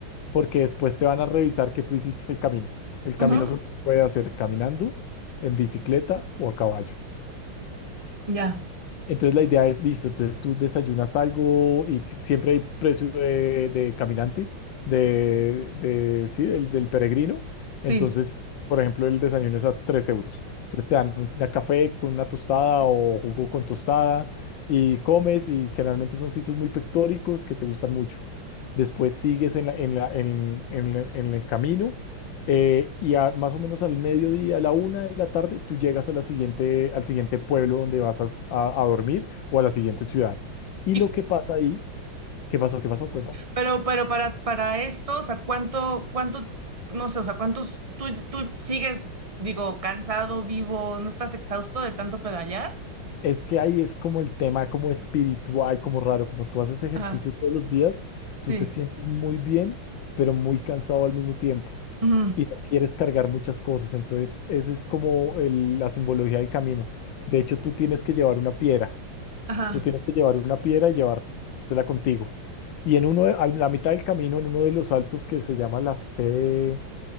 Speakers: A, on the left; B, on the right.
A: porque después te van a revisar que tú hiciste el camino. El camino
B: ujú,
A: solo se puede hacer caminando, en bicicleta o a caballo.
B: Ya,
A: Entonces la idea es, listo, entonces tú desayunas algo y si- siempre hay precio de, de caminante, de, de- sí, del, del peregrino.
B: sí.
A: Entonces, por ejemplo, el desayuno es a 3 euros. Entonces te dan un- una café con una tostada o jugo con tostada y comes y generalmente son sitios muy pictóricos que te gustan mucho. Después sigues en la- en la- en en- en el camino eh, y a- más o menos al mediodía, a la una de la tarde, tú llegas a la siguiente, al siguiente pueblo donde vas a, a- a dormir o a la siguiente ciudad. Y
B: Y,
A: lo que pasa ahí, ¿qué pasó? ¿Qué pasó? Cuento.
B: Pero, pero para, para esto, o sea, ¿cuánto, cuánto, no sé, o sea, cuántos, tú, tú sigues, digo, cansado, vivo, no estás exhausto de tanto pedalear?
A: Es que ahí es como el tema, como espiritual, como raro, como tú haces ejercicio
B: Ajá,
A: todos los días, tú
B: sí,
A: te sientes muy bien, pero muy cansado al mismo tiempo
B: ujú,
A: y no quieres cargar muchas cosas. Entonces, esa es como el- la simbología del camino. De hecho, tú tienes que llevar una piedra
B: ajá,
A: Tú tienes que llevar una piedra y llevártela contigo. Y en uno de- a la mitad del camino, en uno de los altos que se llama la fe de,